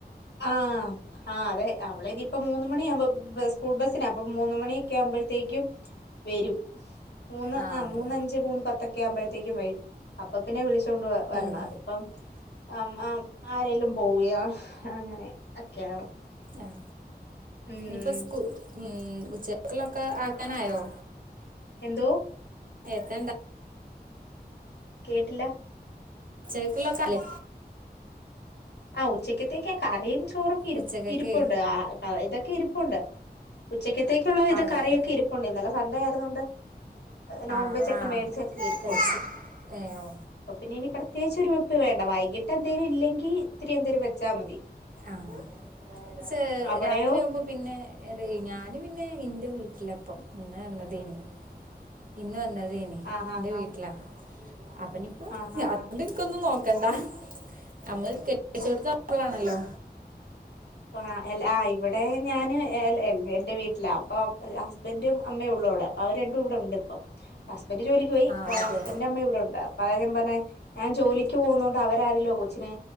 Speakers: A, on the left; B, on the right.
A: ആ, ആം, ആ, അതെ, അവളെ ഇനി പ്പോ മൂന്നു. മണി ആകുമ്പോ <unintelligible> ആ്പഴത്തേക്കും വരും മൂന്ന്.
B: ആഹ്
A: ആ
B: അതെ
A: മൂന്ന അഞ്ച്. മൂന്ന് പത്തൊക്കെ ആവുമ്പോഴത്തേക്കും വരും.... അപ്പൊതിന്നു വിളിച്ചൊണ്ട് വ. വരണം
B: ഉം
A: അതിപ്പം ആം, ആ, ആരെലും പോവുക അങ്ങനെ ഒക്കെയാണ് <unintelligible>
B: ആഹ,
A: ഉം
B: ഇനിപ്പ, സ്ക്ക്. ഉം.. ഉച്ചക്ള്ളൊക്കെ ആക്കാനായോ.
A: എന്തോ..
B: ഏത്തണ്ട....
A: കേട്ടില്ല
B: ഉച്ചക്കക്ക് ഉള്ളലോക്കെ ആയിലെ
A: ആ ഉച്ചക്കത്തേക്കാ കറിയും ചോറൊക്കെ ഇ്
B: ഉച്ചക്കക്ക്
A: ഇരിപ്പുണ്ട് ആ ഇതൊക്കെ ഇരിപ്പുണ്ട് ഉച്ചക്കത്തേക്കുള്ള ഇത്
B: അതെ
A: കറിയൊക്കെ ഇരിപ്പുണ്ടുന്നല്ലെ ഇന്നലെസൺണ്ടേ ആയത്കൊണ്ട് നോൺവെജ്
B: ആഹ്
A: ഒക്കെ
B: ആഹ്
A: മേടിച്ചക്കെ ഇരിപ്പുണ്ട്
B: കഴിച്ചു ഏഹ്
A: അപ്പൊ പിന്നെ ഇനി പ്രത്യേകിച്ച് വേണ്ട വൈകിട്ട് എന്തേിലും ഇല്ലെങ്കിൽ ഇത്തിരി എന്തേിലും വെച്ചാ മതി
B: ആ പക്ഷേ
A: അവിടെയോ
B: രാത്രിയാവുമ്പോ പിന്നെ ഞാന് പിന്നെ എന്റെ വീട്ടി വീട്ടിലപ്പൊ ഇന്ന് വന്നതേനി ഇന്ന് വന്നതേനി
A: ആഹ്
B: എന്റെ
A: ആഹ്
B: വീട്ടിലാ
A: ആഹ്
B: അപ്പോനി ഇപ്പോ
A: ആഹ്
B: അതുകൊണ്ട്
A: ആഹ്
B: ഇനക്കൊന്നും നോക്കണ്ടാ നമ്മള് കെട്ടി ചോട്ത്ത് അക്കുമ്പോളാണ് അല്ലോ
A: ആ ആ ഇവിടെ ഞാന് എന്റവീട്ടൽ അപ്പോ അഹസ്ബന്റും അമ്മയും ഉള്ളൂ അവിടെ അപ്പൊ അവര് രണ്ടും ഇവിടെ ഉണ്ട് ഇപ്പോ ഹസ്ബന്റെ ജോലിക്ക് പോയി്
B: ആ അതെ
A: ഹസ്ബന്റിന്റെഅമ്മ ഇവിടെ ഉണ്ട് അപ്പ അപ്പോള ഞാൻ പറഞ്ഞ ഞാൻ ജോലിക്ക് പോകുന്ന കൊണ്ട് അവര് ആരങ്കിലു ആകൊച്ചിനെ